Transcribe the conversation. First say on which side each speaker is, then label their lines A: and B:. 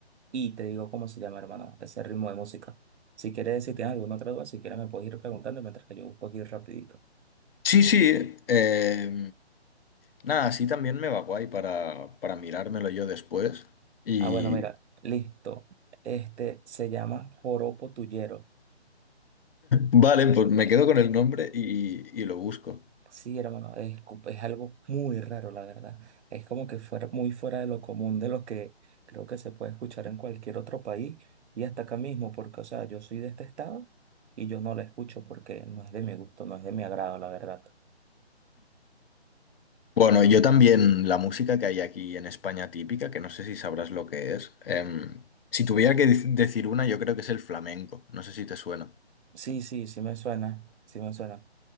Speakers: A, on the right (about 80°); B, on the left (about 60°).
A: y te digo cómo se llama, hermano, ese ritmo de música. Si quieres, si tienes alguna otra duda, si quieres me puedes ir preguntando mientras que yo busco aquí rapidito.
B: Sí, sí. eh, nada, así también me va guay para, para mirármelo yo después. Y
A: Ah, bueno, mira, listo. Este se llama joropo tuyero.
B: vale, pues me
A: Eh,
B: quedo con el nombre y, y lo busco.
A: Sí, hermano, es, co- es algo muy raro, la verdad. Es como que fuera muy fuera de lo común de lo que creo que se puede escuchar en cualquier otro país y hasta acá mismo, porque, o sea, yo soy de este estado y yo no la escucho porque no es de mi gusto, no es de mi agrado, la verdad.
B: Bueno, yo también la música que hay aquí en España típica, que no sé si sabrás lo que es. em, si tuviera que dec- decir una, yo creo que es el flamenco. No sé si te suena.
A: Sí, sí, sí me suena, sí me suena.